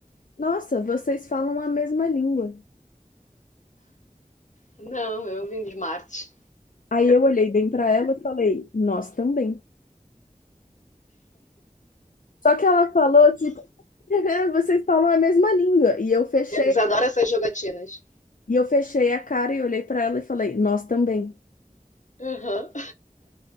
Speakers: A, on the left; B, on the left.
A: Nossa, vocês falam a mesma língua.
B: Não, eu vim de Marte.
A: Aí eu olhei bem pra ela e falei: Nós também. Só que ela falou tipo: <laughs> Vocês falam a mesma língua. E eu fechei
B: Eles adoram essas jogatinas.
A: E eu fechei a cara e olhei pra ela e falei, nós também.
B: Uhum.